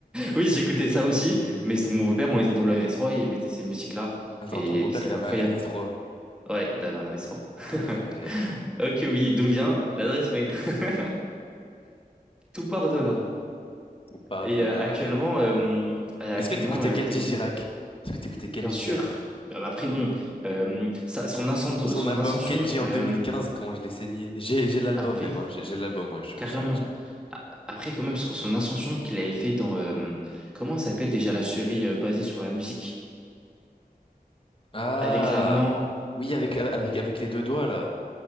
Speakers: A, in the centre; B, on the left (about 35°).
A: Oui, j'écoutais ça aussi,
B: <laughs>
A: mais c'était mon beau-père, on était dans le RS3 et il mettait ces musiques-là.
B: Attends,
A: Et,
B: ton beau-père,
A: et c'était
B: il
A: incroyable.
B: avait un RS3.
A: Ouais, il avait un RS3.
B: Ah
A: <laughs>
B: ouais,
A: Ok, oui, d'où vient l'adresse mail? <laughs> Tout part de là.
B: <laughs> on part
A: Et
B: de là,
A: euh, actuellement,
B: Ryan.
A: euh, euh,
B: Est-ce
A: actuellement,
B: que t'écoutais
A: euh,
B: Kenji
A: t'écoutes
B: Girac? Est-ce que t'écoutais Kenji
A: bien sûr.
B: Girac?
A: Bah, bah, après bon, euh, ça- son ascend-
B: Son
A: son
B: album
A: ascension
B: Kenji
A: euh,
B: en 2015, comment je l'ai saigné. J'ai j'ai l'album
A: après
B: même, hein. J'ai j'ai l'album, ouais, je suis
A: carrément.
B: je tiens à le dire.
A: A- Après quand même son, son ascension qu'il avait fait dans euh, comment ça s'appelle déjà la série euh, basée sur la musique
B: Ah!
A: avec l'amant.
B: Oui, avec, avec, avec les deux doigts, là.